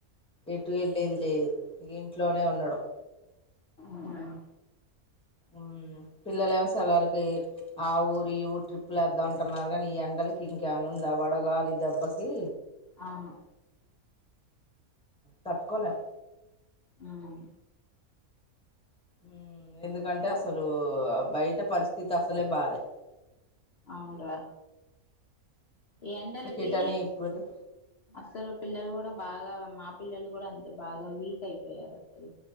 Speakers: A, in the centre; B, on the left.
A: ఎటు ఎళ్ళేది లేదు. ఇగ ఇంట్లోనే ఉండడం
B: ఉమెన్
A: ఉమ్ పిల్లలు ఏమో సెలవులకి ఆ ఊరు, ఈ ఊరు ట్రిప్ లేద్దామ అంటున్నారు. కానీ ఈ ఎండ లకి ఇంకా ఏమన్నా ఉందా? వడగాలి దెబ్బకి
B: అవును.
A: తట్టుకోలేం.
B: ఉమ్
A: ఉమ్ ఎందుకంటే అసలు బయట పరిస్థితి అసలే బాలే.
B: అవును రా. ఈ ఎండలకి
A: ఎటనే ఇప్పుడు
B: అసలు పిల్లలు కూడా బాగా మా పిల్లలు కూడా అంతే బాగా వీక్ అయిపోయారు. అసలు